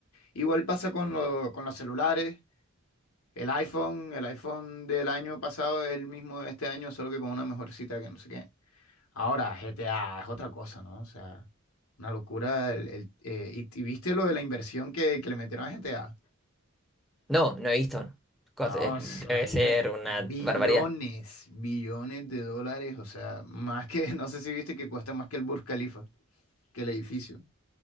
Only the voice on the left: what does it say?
Igual pasa con, lo- con los celulares. El iPhone, el iPhone del año pasado es el mismo de este año, solo que con una mejorcita que no sé qué. Ahora, GTA es otra cosa, ¿no? O sea, una locura. el- el- eh, y, y viste lo de la inversión que, que le metieron a GTA?
No,
es-
imagínate,
billones,
billones de dólares, o sea, más que, <laughs> no sé si viste que cuesta más que el Burj Khalifa, que el edificio.